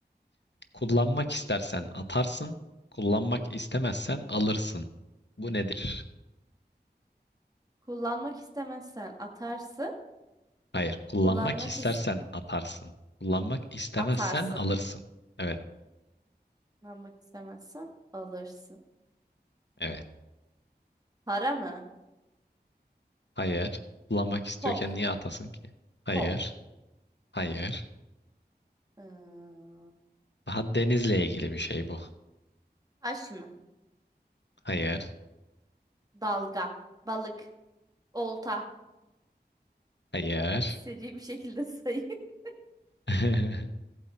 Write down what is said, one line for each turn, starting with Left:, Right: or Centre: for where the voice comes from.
Left: Kullanmak istersen atarsın, kullanmak istemezsen alırsın. Bu nedir?
Right: Kullanmak istemezsen atarsın.
Left: Hayır, kullanmak
Right: Kullanmak
Left: istersen
Right: is
Left: atarsın, kullanmak istemezsen
Right: atarsın.
Left: alırsın. Evet,
Right: Kullanmak istemezsen alırsın.
Left: evet.
Right: Para mı?
Left: Hayır, kullanmak istiyorken
Right: Pop.
Left: niye atasın ki? Hayır,
Right: Pop.
Left: hayır.
Right: Ee,
Left: Daha denizle ilgili bir şey bu.
Right: taş mı?
Left: Hayır,
Right: Dalga. Balık. Olta.
Left: hayır.
Right: Seri bir şekilde sayayım. <laughs>
Left: <laughs>